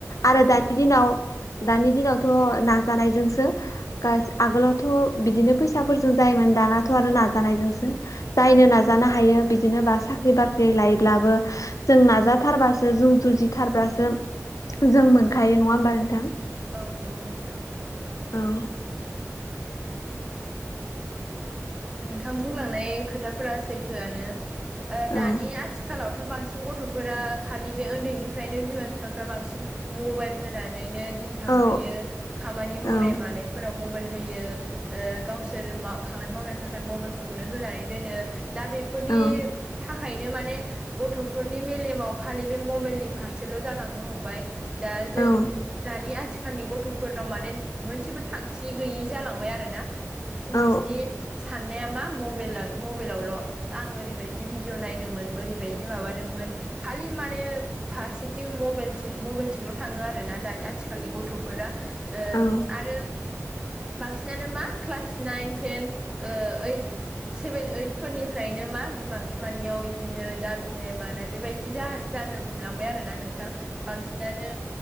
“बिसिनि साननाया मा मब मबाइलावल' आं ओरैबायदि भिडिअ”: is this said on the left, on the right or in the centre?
Right